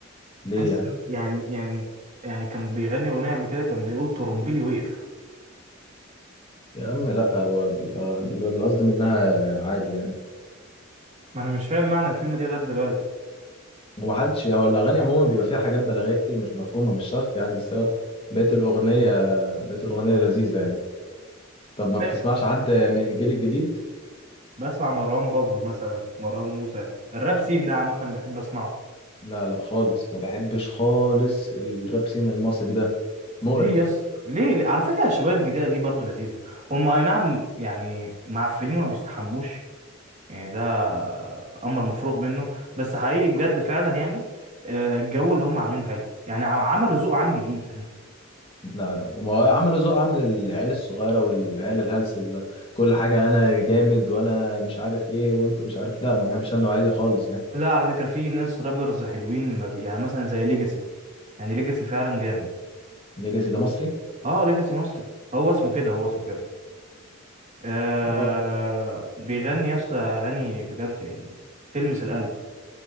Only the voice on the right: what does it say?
بحس
إن- يعني يعني يعني كان بيغني اغنيه قبل كده كان بيقول طرمبيلي وقف
ما انا مش فاهم معنى الكلمه دي لغايه دلوقتي
أيوة.
بسمع مروان بابلو مثلا مروان موسى الراب سين ده عامه بحب اسمعه
ليه يس ليه, ليه؟ على فكره الشباب الجديده دي برضو لذيذه هم اي نعم يعني معفنين وما بيستحموش يعني ده امر مفروغ منه بس حقيقي بجد فعلا يعني آه، الجو اللي هم عاملينه حلو يعني عملوا ذوق عام جديد فاهم
لا على فكرة في ناس رابرز حلوين ما بي... يعني مثلا زي ليجاسي يعني ليجاسي فعلا جامد
اه ليجاسي مصري هو اسمه كده هو اسمه كده آه...
بيغني يا اسطى اغاني بجد يعني تلمس القلب